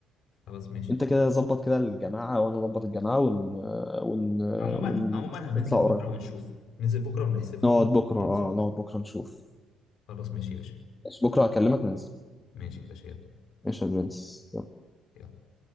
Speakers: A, on the left; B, on the left.
A: خلاص ماشي
B: انت كده ظبط كده الجماعه وانا اظبط الجماعه ون... ون...
A: عموما
B: ون...
A: عموما هننزل
B: نطلع
A: بكره
B: قريب
A: ونشوف ننزل بكرة ونحسبها
B: نقعد
A: ونشوف
B: بكره
A: انت
B: اه نقعد بكره نشوف
A: خلاص ماشي يا باشا
B: بكره هكلمك ننزل
A: ماشي يا باشا يلا
B: ايش يا برنس
A: يلا.